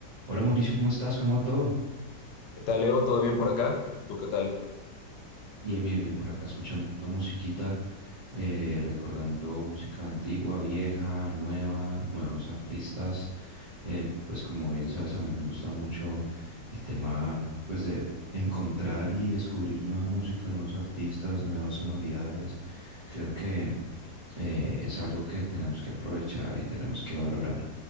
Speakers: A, on the right; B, on the left.
A: Hola Mauricio, ¿cómo estás? ¿Cómo va todo?
B: ¿Qué tal, Leo? ¿Todo bien por acá? ¿Tú qué tal?
A: Bien, bien, bien, por acá escuchando musiquita, eh, recordando música antigua, vieja, nueva, nuevos artistas. Eh, pues como bien sabes, a mí me gusta mucho el tema pues de encontrar y descubrir nueva música, nuevos artistas, nuevas sonoridades. Creo que eh, es algo que tenemos que aprovechar y tenemos que valorar